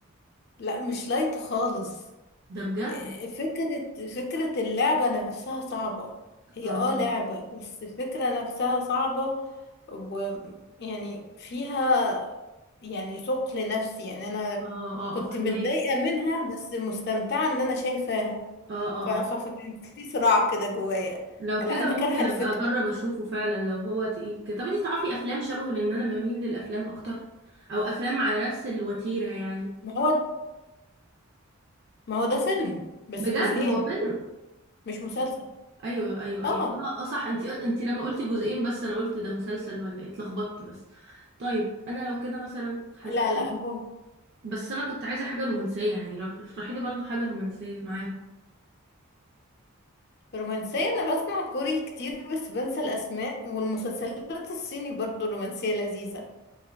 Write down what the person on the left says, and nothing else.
لا مش لايت خالص
إيه، فكرة فكرة اللعبة نفسها صعبة هي
اه لعبة بس الفكرة نفسها صعبة ويعني فيها يعني ثقل نفسي يعني انا
كنت
متضايقة منها بس مستمتعة ان انا شايفاها
ف- ف-
فكان في صراع كده جوايا
لا
انا
كارهة الفكرة
ما هو ما هو ده فيلم بس
جزئين
مش مسلسل
اه
لا لا هو
رومانسية أنا بسمع كوري كتير بس بنسى الأسماء والمسلسلات الصيني برضو رومانسية لذيذة